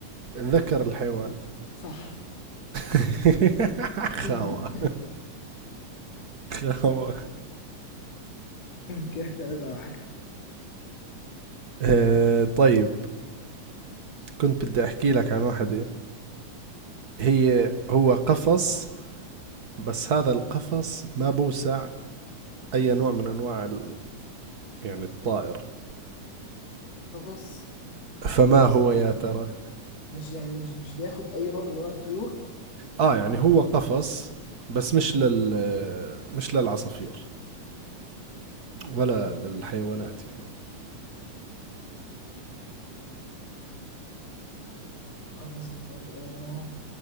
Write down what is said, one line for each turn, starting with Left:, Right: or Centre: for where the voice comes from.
Right: ذكر الحيوان
Left: صح
Right: <laughs>
Left: <laughs>
Right: خاوة خاوة
Left: كده تلاتة واحد
Right: آه طيب كنت بدي احكي لك عن واحدة هي هو قفص بس هذا القفص ما بوسع اي نوع من انواع ال... يعني الطائر
Left: قفص مش
Right: فما
Left: بيوس
Right: هو يا ترى
Left: مش يعني مش مش بياخد أي نوع من أنواع الطيور
Right: اه يعني هو قفص بس مش لل مش للعصافير ولا للحيوانات يعني
Left: قفص مش بياخد أي نوع